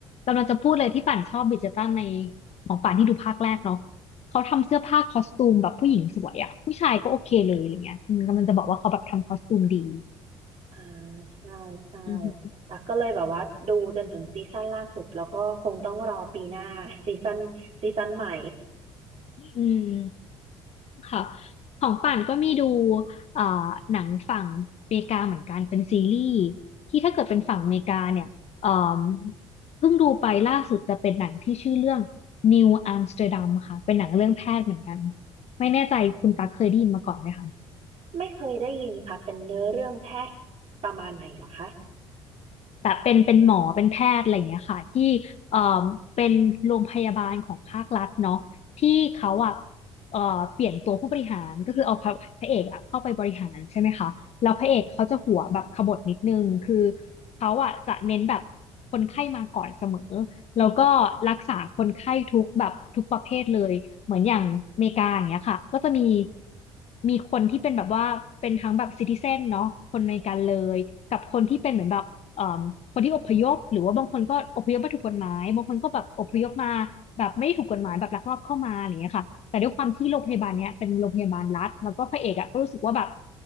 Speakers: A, on the left; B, on the right.
A: กำลังจะพูดเลยที่ป่านชอบบิดเจตันในของป่านที่ดูภาคแรกเนาะเขาทำเสื้อผ้าคอสตูมแบบผู้หญิงสวยอะผู้ชายก็โอเคเลยอะไรเงี้ยอืมกำลังจะบอกว่าเขาแบบทำคอสตูมดี
B: อ่าใช่ใช่
A: อือฮึ
B: ตักก็เลยแบบว่าดูจนถึงซีซั่นล่าสุดแล้วก็คงต้องรอปีหน้า <laughs> ซีซั่นซีซั่นใหม่
A: <laughs> อืม ค่ะของป่านก็มีดูเอ่อหนังฝั่งอเมริกาเหมือนกันเป็นซีรีส์ ที่ถ้าเกิดเป็นฝั่งอเมริกาเนี่ยเอ่มเพิ่งดูไปล่าสุดจะเป็นหนังที่ชื่อเรื่อง New Amsterdam ค่ะเป็นหนังเรื่องแพทย์เหมือนกัน ไม่แน่ใจคุณตั๊กเคยได้ยินมาก่อนไหมคะ
B: อืมไม่เคยได้ยินค่ะเป็นเนื้อเรื่องแพทย์ประมาณไหนเหรอคะ
A: แบบเป็นเป็นหมอเป็นแพทย์อะไรอย่างเงี้ยค่ะที่เอ่อเป็นโรงพยาบาลของภาครัฐเนาะที่เขาอ่ะเอ่อเปลี่ยนตัวผู้บริหารก็คือเอาพระพระเอกอ่ะเข้าไปบริหารใช่ไหมคะแล้วพระเอกเขาจะหัวแบบขบถนิดนึงคือเขาอ่ะจะเน้นแบบคนไข้มาก่อนเสมอแล้วก็รักษาคนไข้ทุกแบบทุกประเภทเลยเหมือนอย่างอเมริกาอย่างเงี้ยค่ะก็จะมีมีคนที่เป็นแบบว่าเป็นทั้งแบบซิติเซนเนาะคนอเมริกันเลยกับคนที่เป็นเหมือนแบบ เอ่อคนที่อพยพหรือว่าบางคนก็อพยพมาถูกกฎหมายบางคนก็แบบอพยพมาแบบไม่ได้ถูกกฎหมายแบบลักลอบเข้ามาอะไรอย่างเงี้ยค่ะแต่ด้วยความที่โรงพยาบาลเนี้ยเป็นโรงพยาบาลรัฐแล้วก็พระเอกอ่ะก็รู้สึกว่าแบบ